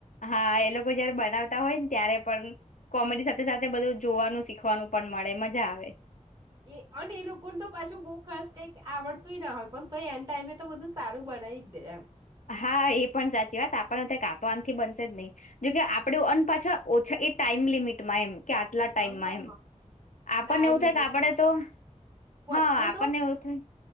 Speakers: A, on the left; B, on the right.
A: હા એ લોકો જયારે બનાવતા હોય ને ત્યારે પણ કોમેડી સાથે સાથે બધું જોવાનું શીખવાનું પણ મળે મજા આવે.
B: એ અને એ લોકોને તો પાછું બૂક ખર્ કઈક આવડતુંય ના હોય પણ તો એન ટાઈમે તો બધું સારું બનાવી જ દે એમ.
A: હા એ પણ સાચી વાત આપણને તો કા તો આનથી બનશે જ નહી, જોકે આપણે અ પાછા ઓછા એ ટાઈમ લિમિટમાં એમ. કે આટલા ટાઈમમાં
B: હા
A: એમ, આપણને
B: ટાઈમ
A: એવું થાય
B: લીધી
A: કે આપણે તો
B: વચ્ચે
A: હા આપણને
B: તો
A: એવું થાય